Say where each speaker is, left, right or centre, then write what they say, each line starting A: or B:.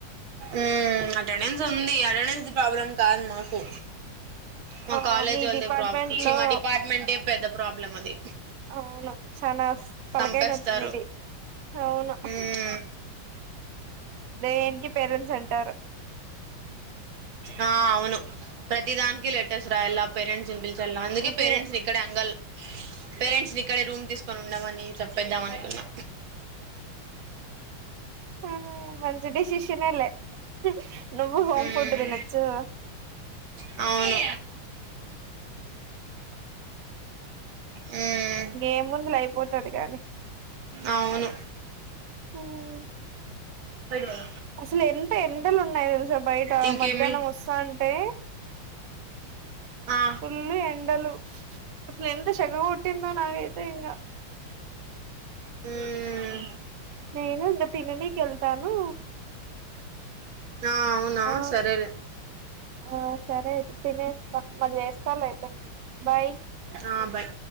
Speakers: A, on the right; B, on the right.
A: ఉమ్ అటెండెన్స్ ఉంది అటెండెన్స్ ప్రాబ్లం కాదు మాకు మా
B: ఆ
A: కాలేజ్
B: మీ
A: వాళ్ళదే
B: డిపార్ట్మెంట్
A: ప్రాబ్లం
B: లో
A: మా డిపార్ట్మెంట్ ఏ పెద్ద ప్రాబ్లం అది
B: అవును చనా తలకాయ
A: చంపేస్తారు
B: నొప్పి మీది అవును
A: మ్మ్
B: దేనికి పేరెంట్స్ అంటారు
A: ఆ అవును ప్రతిదానికి లెటర్స్ రాయలా పేరెంట్స్ నీ పిలీపి వెల్ అందుకే
B: అదే
A: పేరెంట్స్ ని ఇక్కడ ఎంగల్ పేరెంట్స్ నీ ఇక్కడే రూమ్ తీసుకొని ఉండమని చెప్పేద్దాం అనుకున్నా
B: ఉమ్ మంచి డిసిషన్ ఏలే నువ్వు హోమ్
A: మ్మ్
B: ఫుడ్ తినోచ్చు
A: అవును మ్మ్
B: ఇంకే ముందిలే అయిపోతది కాగాని
A: అవును
B: హమ్
A: పడువా
B: అసలు ఎంత ఎండలు ఉన్నాయి తెలుసా బయట
A: ఇంకేమి
B: మధ్యాహ్నం వస్తా అంటే
A: ఆ
B: ఫుల్లు ఎండలు అసలు ఎంత సెగ గొట్టిందో నాగైతే ఇంగా
A: మ్మ్
B: నేను ఇగ తిననికి వెళ్తాను
A: నా అవునా
B: ఆ
A: సరేలే
B: ఆ సరే అయితే తినేసి మళ్ళీ చేస్తాలే అయితే బాయ్
A: ఆ బాయ్